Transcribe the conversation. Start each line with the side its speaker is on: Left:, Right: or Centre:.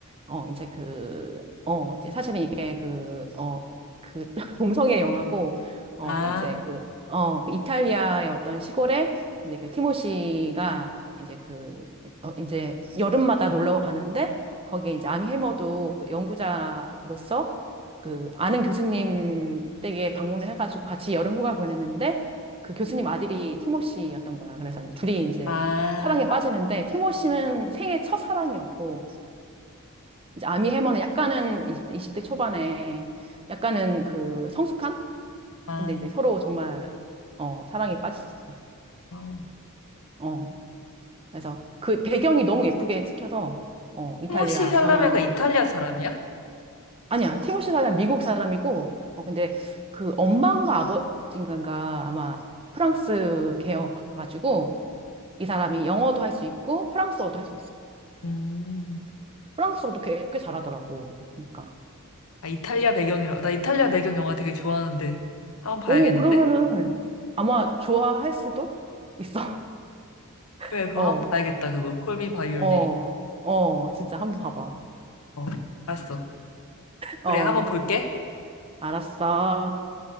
Right: 어, 이제 그, 어, 이제 사실은 이게 그, 어, 그 <laughs> 동성애 영화고, 어,
Left: 아,
Right: 이제 그, 어, 그 이탈리아의 어떤 시골에 이제 그 티모시가 이제 그, 어, 이제 여름마다 놀러 가는데, 거기에 이제 아미 해머도 그 연구자로서 그 아는 교수님 댁에 방문을 해가지고 같이 여름 휴가 보냈는데, 그 교수님 아들이 티모시였던 거야. 그래서 이제 둘이 이제
Left: 아,
Right: 사랑에 빠지는데 티모시는 생애 첫 사랑이었고 이제 아미 해머는 약간은 20대 초반에 약간은 그 성숙한?
Left: 아.
Right: 근데 이제 서로 정말 어, 사랑에 빠지지 진짜.
Left: 어.
Right: 어. 그래서 그 배경이 너무 예쁘게 찍혀서 어, 이탈리아
Left: 티모시 샬라메가
Right: 전원
Left: 이탈리아 사람이야?
Right: 아니야. 티모시 사람 미국 사람이고 어 근데 그 엄마인가 아버지인가 아마 프랑스 계여가지고 이 사람이 영어도 할 수 있고 프랑스어도 할 수 있어.
Left: 음.
Right: 프랑스어도 꽤, 꽤 잘하더라고. 그러니까.
Left: 아, 이탈리아 배경이라. 나 이탈리아 배경 영화 되게 좋아하는데. 한 번 봐야겠는데?
Right: 오, 그러면은 아마 좋아할 수도 있어.
Left: 그래,
Right: <laughs>
Left: 그럼
Right: 어,
Left: 한 번 봐야겠다, 그거. Call me by
Right: 어,
Left: your name.
Right: 어, 진짜 한번 봐봐.
Left: 어, 알았어.
Right: 어,
Left: 그래, 한번 볼게.
Right: 알았어.